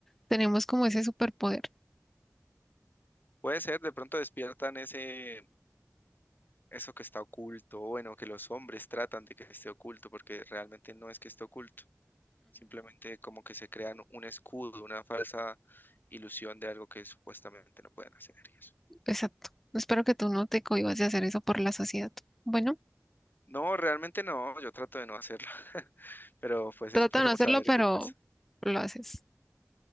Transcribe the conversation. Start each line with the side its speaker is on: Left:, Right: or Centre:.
Centre: tenemos como ese superpoder.
Left: Puede ser, de pronto despiertan ese, eso que está oculto, o bueno, que los hombres tratan de que esté oculto, porque realmente no es que esté oculto, simplemente como que se crean un escudo, una falsa ilusión de algo que supuestamente no pueden hacer y eso.
Centre: Exacto. Espero que tú no te cohibas de hacer eso por la sociedad. Bueno,
Left: No, realmente no, yo trato de no hacerlo, <laughs> pero pues
Centre: trata
Left: esperemos
Centre: de no hacerlo,
Left: a ver
Centre: pero
Left: qué pasa.
Centre: lo haces.